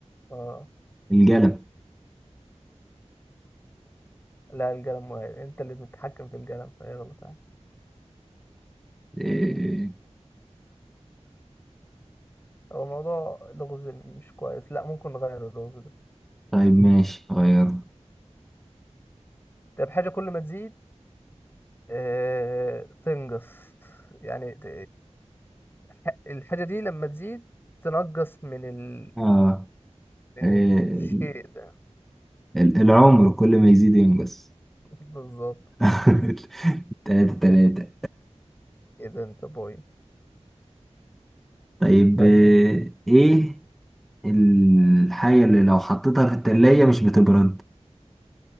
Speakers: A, on the left (about 20°); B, in the centre.
A: اه
B: القلم
A: لا القلم مغير انت اللي بتتحكم في القلم فيغلط عادي
B: إيه.
A: هو موضوع لغز مش كويس لا ممكن نغير اللغز ده
B: طيب ماشي غير
A: طيب حاجة كل ما تزيد آه. تنقص يعني ت... ح- الحاجة دي لما تزيد تنقص من ال...
B: اه
A: من
B: إيه.
A: الشيء ده
B: ال- العمر كل ما يزيد ينقص
A: <laughs> بالظبط
B: <laughs> تلاتة تلاتة
A: كده انت بوي
B: طيب
A: طيب
B: آه، ايه الحاجة اللي لو حطيتها في التلاجة مش بتبرد